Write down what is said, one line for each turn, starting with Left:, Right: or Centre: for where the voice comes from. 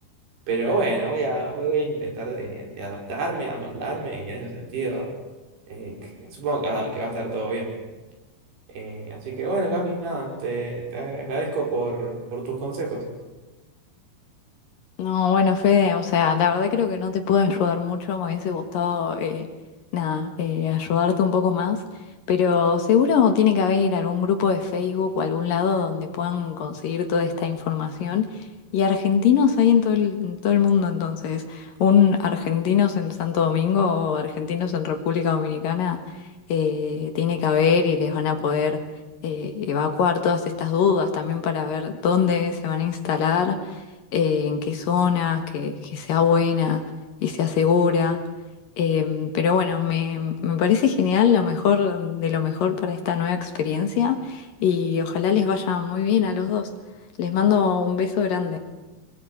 Right: Pero bueno, voy a, voy voy a intentar de, de adaptarme, amoldarme, y en ese sentido, eh, que- supongo que, va que va a estar todo bien. Eh, así que bueno, Cami, nada, te, te agradezco por, por tus consejos.
Left: No, bueno, Fede, o sea, la verdad creo que no te pude ayudar mucho, me hubiese gustado, eh, nada, eh, ayudarte un poco más, pero seguro tiene que haber algún grupo de Facebook o algún lado donde puedan conseguir toda esta información. Y argentinos hay en todo el, en todo el mundo, entonces, un argentinos en Santo Domingo o argentinos en República Dominicana eh, tiene que haber y les van a poder eh, evacuar todas estas dudas también para ver dónde se van a instalar eh, en qué zonas, que, que sea buena y sea segura. Eh, pero bueno, me, me parece genial, lo mejor de lo mejor para esta nueva experiencia y ojalá les vaya muy bien a los dos. Les mando un beso grande.